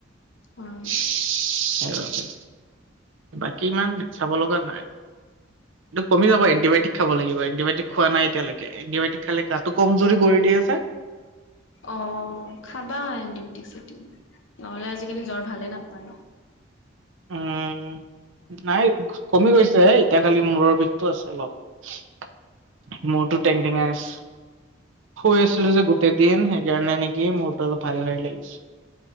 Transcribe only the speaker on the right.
সেইবাবে। বাকী ইমান চাব লগা নাই। এইটো কমি যাব এণ্টিবায়টিক খাব লাগিব এণ্টিবায়টিক খোৱা নাই এতিয়া লৈকে এণ্টিবায়টিক খালে গাটো কম জুৰি কৰি দিয়ে যে
উম নাই কমি গৈছে এতিয়া খালি মূৰৰ বিষটো আছে অলপ মোৰতো টেং টেঙাই আছে শুই আছিলোঁ
যে গো গোটেই দিন সেইকাৰণে নেকি মোৰটো অলপ ভাৰী ভাৰী লাগিছে